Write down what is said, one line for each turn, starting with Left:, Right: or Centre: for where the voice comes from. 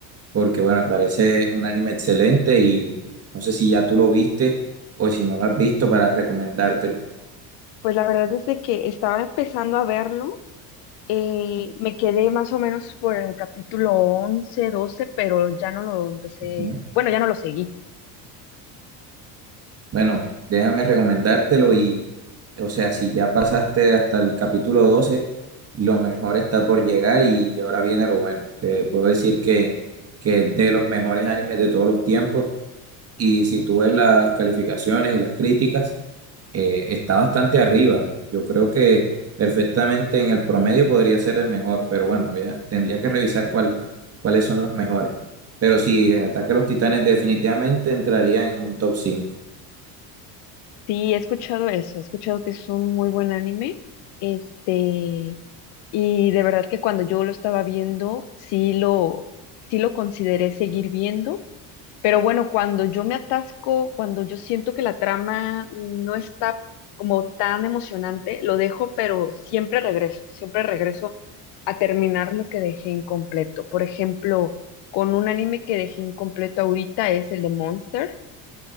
Right: porque bueno, me parece un anime excelente y no sé si ya tú lo viste o si no lo has visto para recomendártelo.
Left: Pues la verdad es de que estaba empezando a verlo. eh, me quedé más o menos por el capítulo 11, 12, pero ya no lo empecé.
Right: Ujú.
Left: Bueno, ya no lo seguí.
Right: Bueno, déjame recomendártelo y, o sea, si ya pasaste hasta el capítulo 12, lo mejor está por llegar y ahora viene lo bueno. Te puedo decir que, que es de los mejores animes de todos los tiempos y si tú ves las calificaciones y las críticas, eh, está bastante arriba. Yo creo que perfectamente en el promedio podría ser el mejor, pero bueno, voy a- tendría que revisar cuál- cuáles son los mejores. Pero sí, Ataque a los Titanes definitivamente entraría en un top cinco.
Left: Sí, he escuchado eso. He escuchado que es un muy buen anime. Este, y de verdad que cuando yo lo estaba viendo, sí lo, sí lo consideré seguir viendo Pero bueno, cuando yo me atasco, cuando yo siento que la trama no está como tan emocionante, lo dejo, pero siempre regreso, siempre regreso a terminar lo que dejé incompleto. Por ejemplo, con un anime que dejé incompleto ahorita es el de Monster.